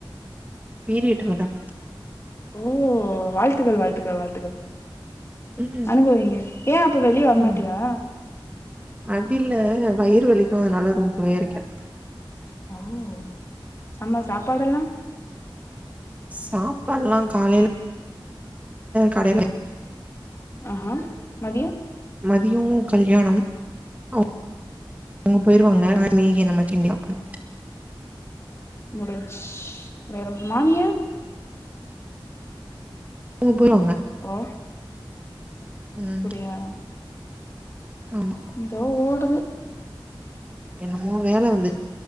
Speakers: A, on the right (about 15°); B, on the left (about 30°).
A: பீரியட்டு மேடம்
B: ஓ வாழ்த்துகள் வாழ்த்துக்கள் வாழ்த்துக்கள்
A: ம்
B: அனுபவீங்க ஏன் அப்ப வெளிய வரமாட்டியா
A: ம் அப்டி இல்ல வயிறு வலிக்கும் அதனால ரூம்குள்ளயே இருக்கேன்
B: ஐயய்யோ செம சாப்பாடெல்லாம்
A: சாப்பாட்லாம் காலையில கடைல
B: ஆக மதியம்
A: மதியம் கல்யாணம் ஒ அவங்க போயிருவாங்க நா மேகி அந்தமாரி கிண்டிக்கனும்
B: முடிஞ்சு வேற மாம்மியா
A: போ போயிருவாங்க
B: ஓ
A: ம்
B: அப்புடியா
A: ஆமா
B: எதோ ஓடுது
A: இப்ப மூணு வேல வந்துச்